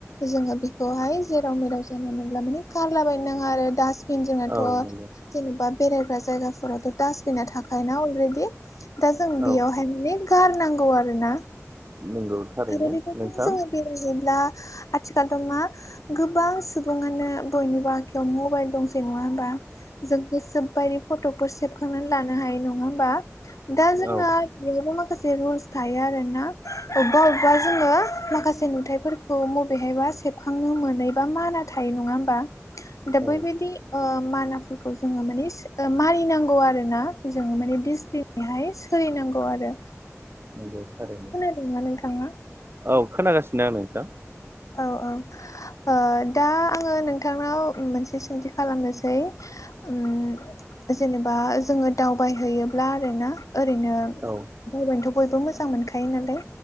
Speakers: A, on the left (about 80°); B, on the right (about 45°).
A: जोङो बेखौहाय जेराव मेराव जानला मोनला माने गारलाबायनो नाङा आरो दास बिनाथ'
B: औ नंगौ
A: जेनेबा बेरायग्रा जायगाफोरावथ' डासटबिना थाखायोना अलरेडि। दा जों
B: औ
A: बेयावहाय माने गारनांगौ आरो ना।
B: नंगौ थारैनो
A: आरो बेबायदिनो
B: नोंथां।
A: जोङो बेरायहैब्ला आथिखालथ' मा गोबां सुबुङानो बयनिबो आखयाव मबाइल दंसै नङा होमबा। जों गोसो बायदि फट' सेबखांनानै लानो हायो नङा होमबा दा जोंना
B: औ
A: बेयावबो माखासे रुलस थायो आरो ना अबेबा अबेबा जोङो माखासे नुथफोरखौ मबेहायबा से थांनो मोन बा माना थायो नङा होनबा दा
B: औ
A: बैबायदि माना फोर खौ जोङो माने मानिनांगौ आरोना जोङो माने <unintelligible> बेहाय सोलिनांगौ आरो
B: नंगौ थारै
A: खोनादोंना नोंथाङा
B: औ खोनागासिनो आं नोंथां
A: औ औ ओ दा आङो नोंथांनाव मोनसे सोंथि खालामनोसै ओम जेनेबा जोङो दावबायहैयोब्ला आरोना ओरैनो
B: औ
A: दावबायनोथ' बयबो मोजां मोनखायो नालाय